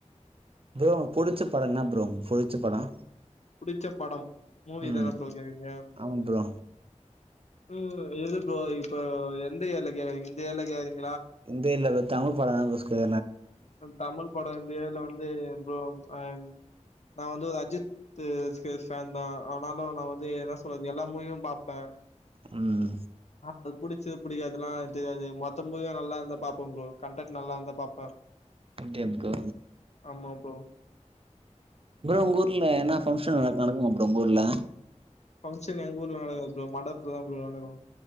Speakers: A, on the right (about 50°); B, on the left (about 60°).
A: ப்ரோ புடிச்ச படம் என்ன ப்ரோ உங்க புடிச்ச படம்
B: புடிச்ச படம் மூவிதான
A: ம்
B: ப்ரோ கேக்குரீங்க
A: ஆமா ப்ரோ
B: உஹ்ம் எது ப்ரோ இப்ப எந்த ஏர்ல கேக்குரீங்க இந்த ஏர்ல கோக்குரீங்
A: இந்த இல்ல ப <inaudible> படோ ரிஷ்கு
B: தமிழ் படோ இந்த இயர்ல வந்து ப்ரோ அம் நா வந்து ஒரு அஜித் ஃபேன்தா அவனாலு நா வந்து என்ன சொல்றது எல்லா மூவியு பாப்பே
A: உம்
B: அது புடிச்சது புடிக்கததெல்லா தெரியது மொத்த மூவியு நல்லா இருந்தா பாப்ப கண்டண்ட் நல்லா இருந்தா பாப்பே
A: அப்டியா ப்ரோ
B: ஆமா ப்ரோ
A: உங்க ஊர்ல என்ன பங்க்ஷன் நடக்குமா ப்ரோ உங்க ஊர்ல
B: பங்க்ஷன் எங்க ஊர்ல நடக்காது ப்ரோ மன்டத்துலதா ப்ரோ நடக்கு